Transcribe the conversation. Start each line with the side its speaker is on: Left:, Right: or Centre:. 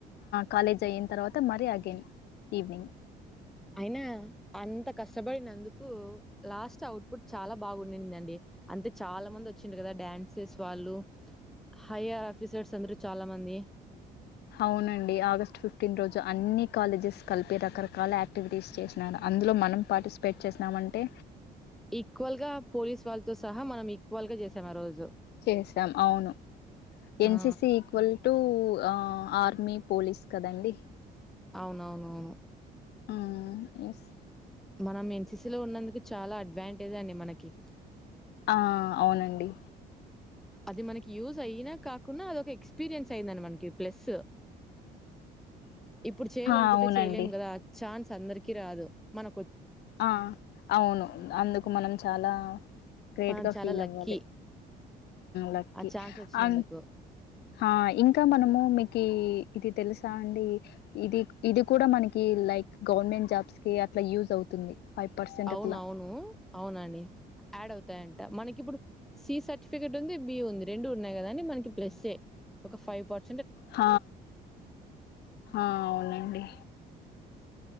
Left: కాలేజ్ అయిన తర్వాత మరి అగెన్ ఈవినింగ్
Centre: అయినా అంత కష్టపడినందుకు లాస్ట్ అవుట్పుట్ చాలా బాగుందండి అంతే చాలా మంది వచ్చిండ కదా డ్యాన్సెస్ వాళ్ళు హయర్ ఆఫీసర్స్ అందరూ చాలా మంది
Left: అవునండి ఆగస్ట్ ఫిఫ్టీన్ రోజు అన్ని కాలేజెస్ కలిపి రకరకాల యాక్టివిటీస్ చేసిన ఇందులో మనం పార్టిసిపేట్ చేసినామ అంటే
Centre: ఈక్వల్ గా పోలీస్ వాళ్ళతో సహా మనం ఈక్వల్ గా చేసాం ఆ రోజు
Left: చేసాం అవును NCC
Centre: ఆ
Left: equal to army police కదండి
Centre: అవునవునవును
Left: ఆ ఎస్
Centre: మనం ఎన్సిసి లో ఉన్నందుకు చాలా అడ్వాంటేజ్ అండి మనకి
Left: ఆ అవునండి
Centre: అది మనకి యూజ్ అయినా కాకుంన్నా అది ఒక ఎక్స్పీరియన్స్ అయిందండి మనకి ప్లస్
Left: ఆ
Centre: ఇప్పుడు చేయాలనుకుంటే
Left: అవునండి.
Centre: చేయలేం కదా ఆ ఛాన్స్ అందరికి రాదు మన
Left: ఆ అవును అందుకు మనం చాలా గ్రేట్
Centre: మనం
Left: గా
Centre: చాలా
Left: ఫీల్
Centre: లక్కీ
Left: అవ్వాలి లక్కీ
Centre: ఆ ఛాన్స్ వచ్చినందుకు
Left: అ ఆ ఇంకా మనము మీకు ఇది తెలుసా అండి ఇది ఇది కూడా మనకి లైక్ గవర్నమెంట్ జాబ్స్ కి అట్లా యూజ్ అవుతుంది ఫైవ్ పర్సెంట్
Centre: అవున
Left: అట్లా
Centre: అవును అవునండి యాడ్ అవుతాయంట మనకి ఇప్పుడు సి సర్టిఫికేట్ ఉంది బి ఉంది రెండు ఉన్నాయి కదా అండి మనకి ప్లస్ ఏ ఒక ఫైవ్ పట్
Left: హ ఆ అవునండి